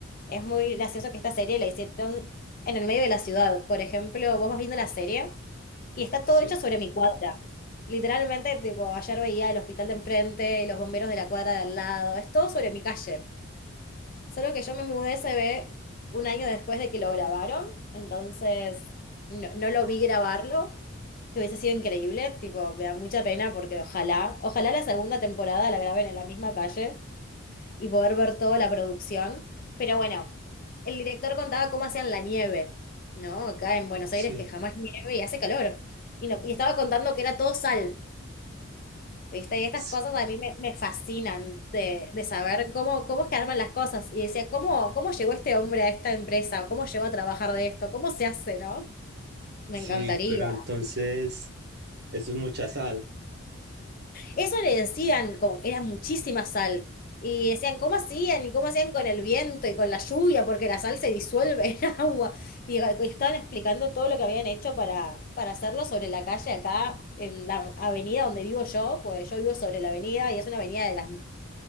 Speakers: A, on the left; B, on the right.
A: es muy gracioso que esta serie la hicieron en el medio de la ciudad. Por ejemplo, vos vas viendo la serie y está
B: Sí,
A: todo hecho sobre mi cuadra. Literalmente, tipo, ayer veía el hospital de enfrente, los bomberos de la cuadra de al lado, es todo sobre mi calle. Solo que yo me mudé, se ve, un año después de que lo grabaron, entonces no, no lo vi grabarlo, que hubiese sido increíble, tipo, me da mucha pena porque ojalá, ojalá la segunda temporada la graben en la misma calle y poder ver toda la producción, pero bueno, el director contaba cómo hacían la nieve, ¿no? Acá en Buenos
B: sí,
A: Aires que jamás nieve y hace calor, y, no, y estaba contando que era todo sal, ¿Viste? Y estas
B: s-
A: cosas a mí me, me fascinan de, de saber cómo, cómo es que arman las cosas. Y decía, ¿cómo, cómo llegó este hombre a esta empresa? ¿Cómo llegó a trabajar de esto? ¿Cómo se hace, no? Me
B: sí,
A: encantaría.
B: pero entonces eso es mucha sal.
A: Eso le decían, como que era muchísima sal. Y decían, ¿cómo hacían? ¿Y cómo hacían con el viento y con la lluvia? Porque la sal se disuelve en <laughs> agua. Y, estaban explicando todo lo que habían hecho para, para hacerlo sobre la calle acá, en la avenida donde vivo yo. Pues yo vivo sobre la avenida y es una avenida de las